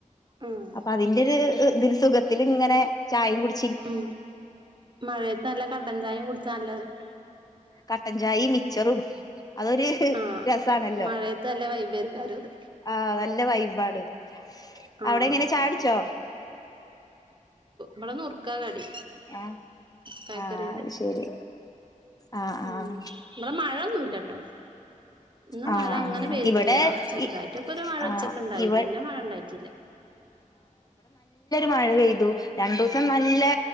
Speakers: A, on the right; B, on the left.
A: ആഹ്
B: അപ്പൊ അതിന്റെ ഒരുതില് സുഖത്തി ഇങ്ങനെ ചായും കുടി
A: ഉം മഴയെത്ത് നല്ല കട്ടഞ്ചായം കുടി ച്ചാ നല്ല ര
B: കട്ടൻചായിം മിച്ചറും അതൊരു
A: ആഹ്
B: രസാണല്ലോ
A: മഴയത്ത് നല്ല വൈബേര്ക്കാരം അത്
B: ആഹ് നല്ല വൈബാണ്
A: ആഹ്
B: അവിടെ എങ്ങനെ കുടിച്ചോ
A: ബടെ നുർ മുക്ക കടി
B: ആഹ്
A: ബേക്കറിന്നെ
B: ആഹ് ശരി ആഹ്
A: ഉ
B: ആഹ്
A: ഇവിടെ മഴൊന്നുമല്ലട്ടോ ഒന്ന്
B: ആഹ്
A: മഴ
B: ആഹ്
A: അങ്ങനെ പെയ്തിട്ടില്ല
B: ഇവിടെ
A: ചെറുതായിട്ടൊക്കെ
B: ഇ
A: ഒരു മഴ
B: ആഹ്
A: ഉച്ചക്ക ഉണ്ടായി
B: ഇവ
A: പിന്നെ മഴ ഇണ്ടായിട്ടില്ല-
B: മഴപെയ് രണ്ടുസം നല്ലേ-